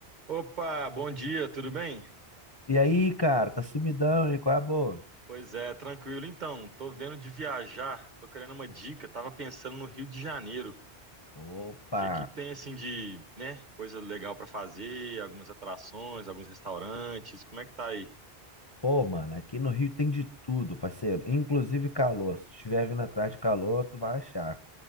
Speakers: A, on the right (about 45°); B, on the left (about 25°).
A: Opa, bom dia, tudo bem?
B: E aí, cara, tá sumidão, e qual é a boa?
A: Pois é, tranquilo então. Tô vendo de viajar, tô querendo uma dica. Tava pensando no Rio de Janeiro. O
B: Opa!
A: que que tem assim de, né, coisa legal pra fazer, algumas atrações, alguns restaurantes. Como é que tá aí?
B: Pô, mano, aqui no Rio tem de tudo, parceiro. Inclusive calor. Se estiver vindo atrás de calor, tu vai achar.